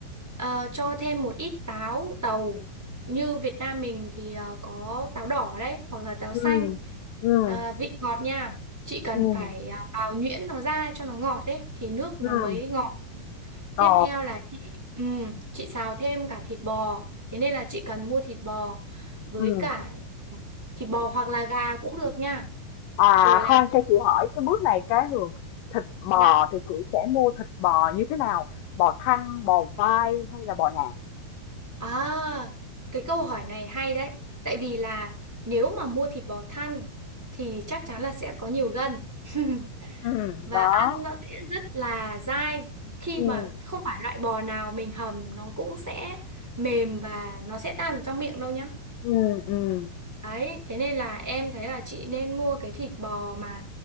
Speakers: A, in the centre; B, on the left (about 75°).
A: ờ, cho thêm một ít táo tàu. Như Việt Nam mình thì ờ, có táo đỏ đấy, hoặc là táo
B: ừm,
A: xanh.
B: ừm,
A: Ờ, vị ngọt nha. Chị cần
B: ừm,
A: phải ờ, bào nhuyễn nó ra cho nó ngọt đấy, thì nước nó
B: ừm.
A: mới ngọt. Tiếp
B: Ồ.
A: theo là chị, ừm, chị xào thêm cả thịt bò. Thế nên là chị cần mua thịt bò với
B: Ừm.
A: cả thịt bò hoặc là gà cũng được nha.
B: À,
A: Rồi là
B: khoan cho chị hỏi cái bước này cái Hường, thịt bò
A: đã
B: thì chị sẽ mua thịt bò như thế nào? Bò thăn, bò vai hay là bò nạc?
A: À, cái câu hỏi này hay đấy. Tại vì là nếu mà mua thịt bò thăn thì chắc chắn là sẽ có nhiều gân. <laughs>
B: Ừm.
A: Và
B: Đó.
A: ăn nó sẽ rất là dai khi
B: Ừm.
A: mà không phải loại bò nào mình hầm nó cũng sẽ mềm và nó sẽ tan vào trong miệng đâu nhá.
B: Ừ ừ
A: Đấy, thế nên là em thấy là chị nên mua cái thịt bò mà